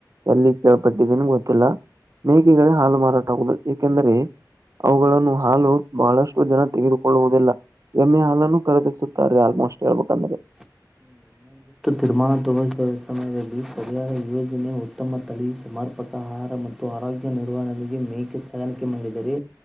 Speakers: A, on the right; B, in the centre.
A: ಎಲ್ಲಿ ಕೇಳ್ಪಟ್ಟಿದ್ದೇನೆ ಗೊತ್ತಿಲ್ಲ ಮೇಕೆಗಳ ಹಾಲು ಮಾರಾಟ ಆಗುದು ಏಕೆಂದ್ರೆ. ಅವುಗಳನ್ನು ಹಾಲು ಬಹಳಷ್ಟು ಜನ ತೆಗೆದುಕೊಳ್ಳುವುದಿಲ್ಲ. ಎಮ್ಮೆ ಹಾಲನ್ನು ಖರೀದಿಸುತ್ತಾರೆ ಆಲ್ಮೋಸ್ಟ್ ಹೇಳ್ಬೇಕಂದ್ರೆ.
B: <unintelligible> ತೀರ್ಮಾನ <unintelligible> ಸಮಯದಲ್ಲಿ ಸರಿಯಾರ ಯೋಜನೆ ಉತ್ತಮ ತಳಿ ಸಮರ್ಪಕ ಆಹಾರ ಮತ್ತು ಆರೋಗ್ಯ ನಿರ್ವಹಣೆಗೆ ಮೇಕೆ ಸಾ ಆಯ್ಕೆ ಮಾಡಿದರೆ.